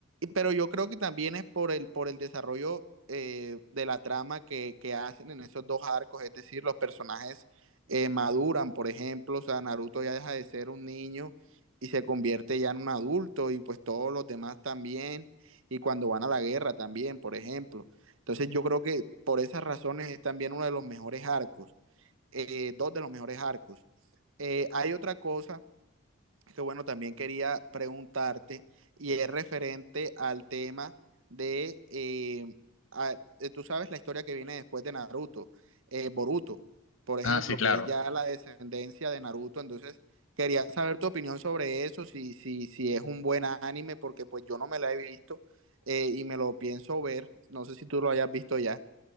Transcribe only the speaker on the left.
Ah, sí, claro.